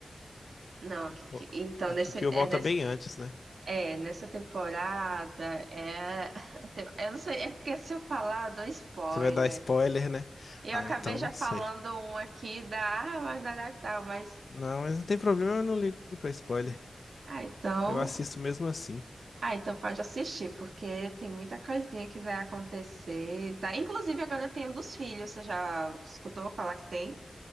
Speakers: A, on the right (about 85°); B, on the left (about 75°).
A: Não, que, que-
B: Vo-
A: então
B: A
A: nesse,
B: Kikyo
A: é,
B: volta
A: nessa,
B: bem antes, né?
A: é nessa temporada é, <laughs> tem- eu não sei, é porque se eu falar, eu dou spoiler.
B: Você vai dar spoiler, né?
A: Eu
B: Ah,
A: acabei
B: então
A: já
B: não sei.
A: falando um aqui da árvore da da- tal, mas
B: Não, mas não tem problema, eu não ligo pra spoiler.
A: ah, então,
B: Eu assisto mesmo assim.
A: ah, então pode assistir, porque tem muita coisinha que vai acontecer, tá? Inclusive agora tem um dos filhos, você já escutou falar que tem?